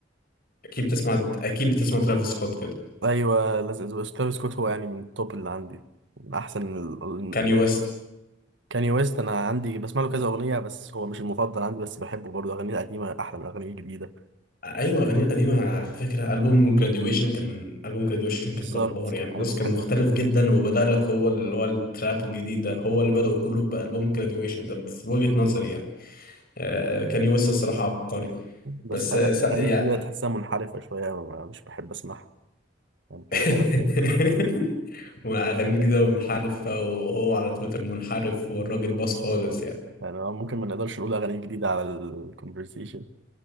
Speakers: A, on the left; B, on the right.
A: أكيد بتسمع أكيد بتسمع ترافيس سكوت كده
B: ايوه لازم ترافيس سكوت هو يعني من التوب اللي عندي من احسن ال... ال...
A: كاني ويست
B: كاني ويست انا عندي بسمع له كذا اغنيه بس هو مش المفضل عندي بس بحبه برضو اغانيه القديمه احلى من اغانيه الجديده
A: أيوة أغانيه القديمة على فكرة ألبوم جراديويشن كان ألبوم جراديويشن
B: بالظبط
A: كان جبار يعني
B: كان
A: بص
B: البوم
A: كان
B: حلو
A: مختلف
B: أوي.
A: جدا وبدأ لك هو اللي هو التراب الجديد ده هو اللي بدأ كله بألبوم جراديويشن ده في وجهة نظري يعني آه كاني ويست الصراحة عبقري
B: بس
A: بس
B: أغ-
A: آه، سا-
B: اغانيه
A: يعني
B: الجديده تحسها منحرفه شويه ما- مش بحب اسمعها يعني
A: <laughs>
B: كان حلو يعني
A: ومنعغنين كده ومنحرفة وهو على تويتر منحرف والراجل باص خالص يعني
B: يعني ممكن ما نقدرش نقول اغانيه جديده على الكونفرسيشن